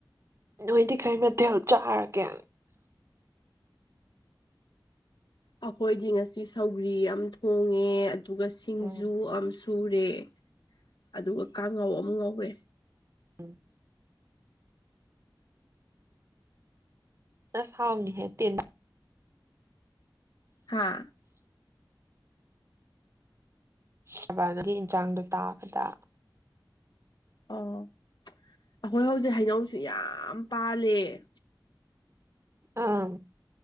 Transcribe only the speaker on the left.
ꯑꯩꯈꯣꯏꯗꯤ ꯉꯁꯤ ꯁꯧꯒ꯭ꯔꯤ ꯌꯥꯝ ꯊꯣꯡꯉꯦ ꯑꯗꯨꯒ ꯁꯤꯡꯖꯨ
ꯑꯃ ꯁꯨꯔꯦ ꯑꯗꯨꯒ ꯀꯥꯡꯉꯧ ꯑꯃ ꯉꯧꯔꯦ
ꯍꯥꯥ
ꯑꯣ ꯑꯩꯈꯣꯏ ꯍꯧꯖꯤꯛ ꯍꯩꯅꯧꯁꯤ ꯌꯥꯝ ꯄꯥꯜꯂꯦ